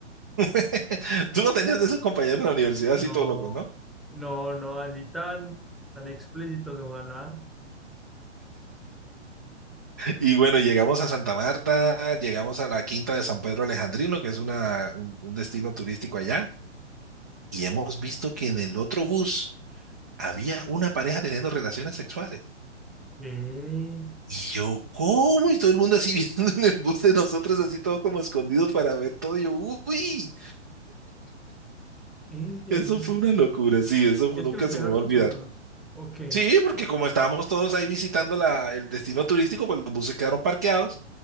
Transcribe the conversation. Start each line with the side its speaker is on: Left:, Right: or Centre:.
Right: <laughs> Tú no tenías de esos compañeros en la universidad así
Centre: No,
Right: todos locos, ¿no?
Centre: no, no, así tan, tan explícitos, ojalá.
Right: Y bueno, llegamos a Santa Marta, llegamos a la Quinta de San Pedro Alejandrino, que es una, un, un destino turístico allá, y hemos visto que en el otro bus había una pareja teniendo relaciones sexuales.
Centre: ¿Qué?
Right: Y yo, ¿cómo? Y todo el mundo así <laughs> viendo en el bus de nosotros, así todo como escondidos para ver todo. Y yo, uy,
Centre: ¿En serio?
Right: eso fue una locura, sí, eso fue-
Centre: ¿Es
Right: nunca
Centre: que los
Right: se
Centre: dejaron
Right: me va a olvidar.
Centre: solos? Ok.
Right: Sí, porque como estábamos todos ahí visitando la, el destino turístico, pues los buses quedaron parqueados.